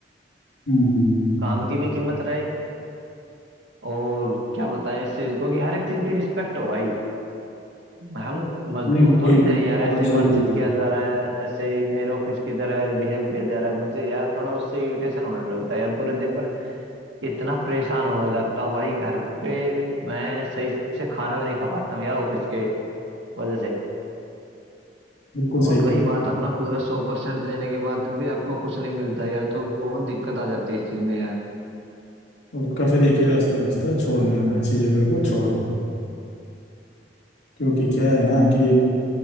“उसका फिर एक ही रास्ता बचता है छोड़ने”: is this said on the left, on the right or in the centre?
Left